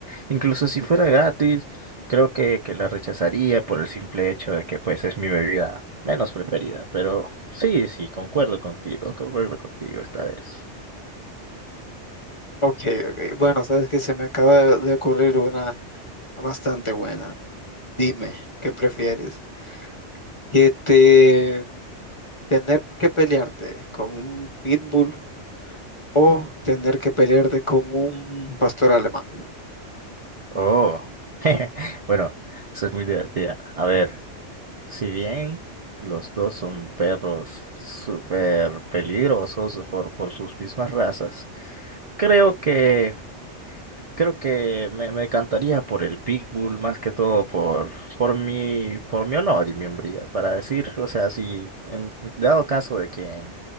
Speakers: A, on the right (about 40°); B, on the left (about 30°).
A: incluso si fuera gratis, creo que, que la rechazaría por el simple hecho de que pues es mi bebida menos preferida, pero sí, sí, concuerdo contigo, concuerdo contigo esta vez.
B: Ok, ok. Bueno, sabes que se me acaba de de ocurrir una bastante buena. Dime, ¿qué prefieres? ¿Que te tener que pelearte con un pitbull o tener que pelearte con un pastor alemán?
A: Oh, <laughs> bueno, eso es muy divertida. A ver, si bien los dos son perros súper peligrosos por, por sus mismas razas, creo que Creo que me, me encantaría por el Pitbull, más que todo por, por mi, por mi honor y mi hombría, para decir, o sea, si en dado caso de que,